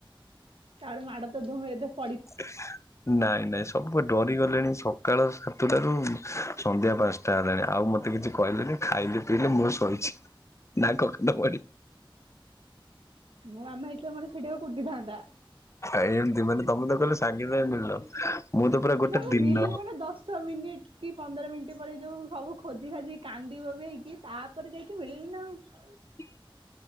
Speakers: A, on the right (about 80°); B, on the left (about 30°).
A: ତା ହେଲେ ମାଡ଼ ତ ଧୁମ ହେଇଥିବ।
B: <inaudible> ନାଇଁ ନାଇଁ ସବୁ ପା ଡରି ଗଲେଣି ସକାଳ ସାତଟାରୁ ସନ୍ଧ୍ୟା ପାଆଁସ୍ ଟା। ନାଇଁ ନାଇଁ ଆଉ ମତେ କିଛି କହିଲେନି ଖାଇଲି ପିଇଲି ମୁଁ ଶୋଇଛି <unintelligible>
A: ମୋ ମାମା ହେଇଥିଲେ ମାତେ ସେଇଡେ କୁଟି ଥାନ୍ତା।
B: ଏମତି ମାନେ ତମେ ତ କହିଲ ସାଙ୍ଗେ ସାଙ୍ଗେ ମିଳିଲ ମୁଁ ତ ପୁରା ଗୋଟେ
A: ନା ମୁଁ
B: ଦିନ
A: ମିଳିଲି ମାନେ ଦସ୍ ଦଶ ମିନିଟ୍ କି ପନ୍ଦର ମିନିଟ୍ ପରେ ଯୋଉ ସବୁ ଖୋଜି ଖାଜି କି କାନ୍ଦି ବୋବେଇକି ତା ପରେ ଯାଇକି ମିଳିଲି ନାଆଉ।
B: <unintelligible>